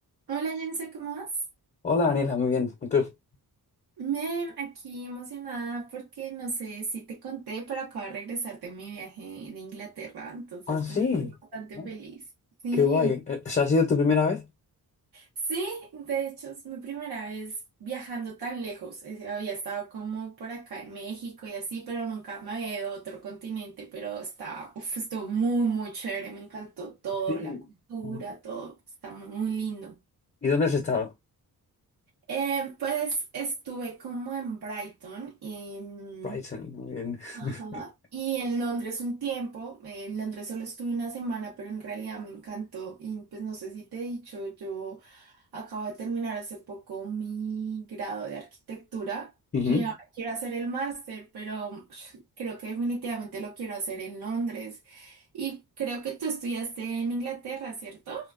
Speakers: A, on the right; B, on the left.
A: Hola Jense, ¿cómo vas?
B: Hola, Daniela, muy bien. ¿Y tú?
A: Bien, aquí emocionada porque no sé si te conté, pero acabo de regresar de mi viaje de Inglaterra, entonces
B: Ah, sí.
A: pues estoy bastante
B: Ah,
A: feliz. Sí,
B: Qué guay. Eh, ¿O sea, ha sido tu primera vez?
A: sí, de hecho es mi primera vez viajando tan lejos. Es- Había estado como por acá en México y así, pero nunca me había ido a otro continente, pero está, uf, estuvo muy, muy chévere, me encantó todo,
B: Sí.
A: la cultura,
B: Ah,
A: todo, está muy lindo.
B: ¿Y dónde has estado?
A: Eh, pues estuve como en Brighton y, mm,
B: Brighton, muy bien.
A: Ajá.
B: <laughs>
A: y en Londres un tiempo. Eh, en Londres solo estuve una semana, pero en realidad me encantó. Y pues no sé si te he dicho, yo acabo de terminar hace poco mi grado de arquitectura.
B: Ujú.
A: Quiero hacer el máster, pero <sniffs> <sighs> creo que definitivamente lo quiero hacer en Londres. Y creo que tú estudiaste en Inglaterra, ¿cierto?